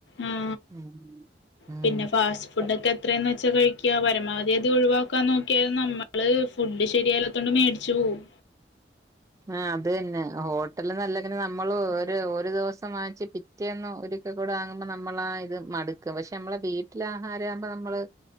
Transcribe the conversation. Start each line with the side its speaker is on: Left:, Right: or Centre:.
Left: ആ
Right: ഉം ഉം
Left: പിന്നെ ഫാസ്റ്റ് ഫുഡ് ഒക്കെ എത്രന്ന് വെ ച്ച കഴിക്ക പരമാവധി അത് ഒഴിവാക്കാൻ നോക്കിയാലും നമ്മള് ഫുഡ് ശരിയല്ലാത്തോണ്ട് മേടിച്ചു പോവും
Right: ആ അത് തന്നെ ഹോട്ടൽ നല്ലങ്ങനെ നമ്മൾ ഒരു ഒരു ദിവസം വാങ്ങിച്ച് പിറ്റേന്നും ഒരിക്കൽ കൂടെ വാങ്ങുമ്പോ നമ്മളാ ഇത് മടുക്കും പക്ഷെ നമ്മളെ വീട്ടിൽ ആഹാരം ആകുമ്പോ നമ്മള്